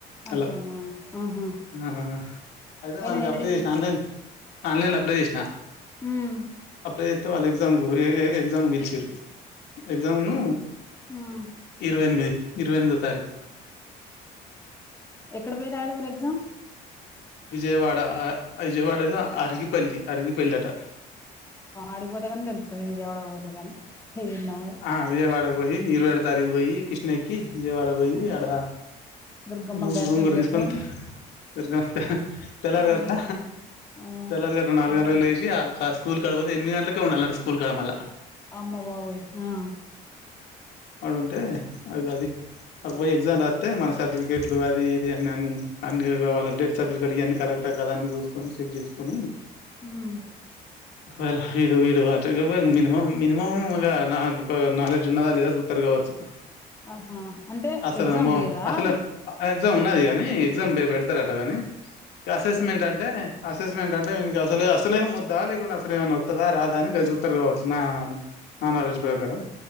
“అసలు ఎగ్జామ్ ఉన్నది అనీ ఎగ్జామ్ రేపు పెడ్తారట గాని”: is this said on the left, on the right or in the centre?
Left